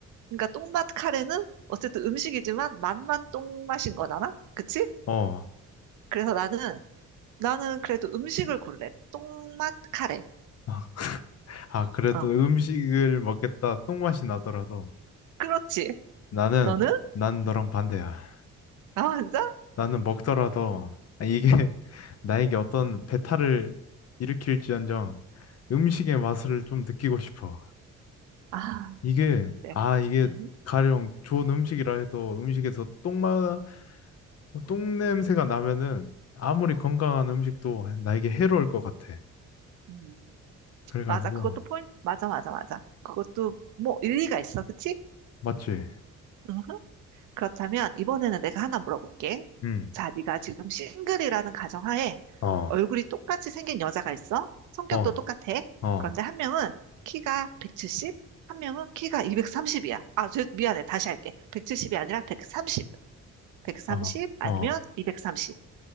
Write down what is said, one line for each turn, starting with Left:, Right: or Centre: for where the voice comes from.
Right: 그러니까 똥맛 카레는 어쨌든 음식이지만 맛만 똥맛인 거잖아? 그치?
Left: 어.
Right: 그래서 나는, 나는 그래도 음식을 골래. 똥맛 카레.
Left: 아, 아, 그래도
Right: 어,
Left: 음식을 먹겠다 똥맛이 나더라도
Right: 그렇지.
Left: 나는,
Right: 너는?
Left: 난 너랑 반대야.
Right: 나 혼자?
Left: 나는 먹더라도 아, 이게 <laughs> 나에게 어떤 배탈을 일으킬지언정 음식의 맛을 좀 느끼고 싶어.
Right: 아,
Left: 이게,
Right: 그래.
Left: 아, 이게
Right: 음,
Left: 가령 좋은 음식이라 해도 음식에서 똥맛, 똥냄새가 나면은 아무리 건강한 음식도 나에게 해로울 것 같아.
Right: 음.
Left: 그래가지고,
Right: 맞아. 그것도 포인트. 맞아, 맞아, 맞아. 그것도 뭐 일리가 있어. 그치?
Left: 맞지?
Right: 음 그렇다면 이번에는 내가 하나 물어볼게.
Left: 응.
Right: 자, 네가 지금 싱글이라는 가정하에
Left: 어,
Right: 얼굴이 똑같이 생긴 여자가 있어. 성격도
Left: 어,
Right: 똑같아.
Left: 어,
Right: 그런데 한 명은 키가 170, 한 명은 키가 230이야. 아, 저, 미안해. 다시 할게. 170이 아니라 130. 130
Left: 어,
Right: 아니면
Left: 어.
Right: 230.